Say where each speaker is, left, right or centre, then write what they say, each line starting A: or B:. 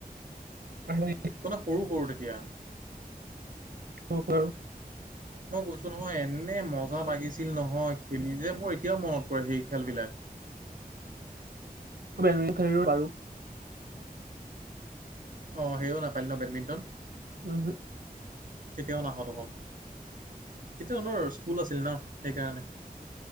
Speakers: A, on the right; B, on the right.
A: আৰু
B: ত নে সৰু সৰু তেতিয়া
A: ম কৰ
B: মই কৈছো নহয় এনে মজা লাগিছিল নহয় খেলি যে মোৰ এতিয়াও মনত পৰে সেই খেলবলাক
A: বেডমিণ্টনো বাৰু
B: উ অ সেয়ও নাপালিলি ন বেডমিণ্টন
A: উম হম
B: তেতিয়াও নাহঁতখন তেতিয়া তহঁতৰ স্কুল আছিল ন সেইকাৰণে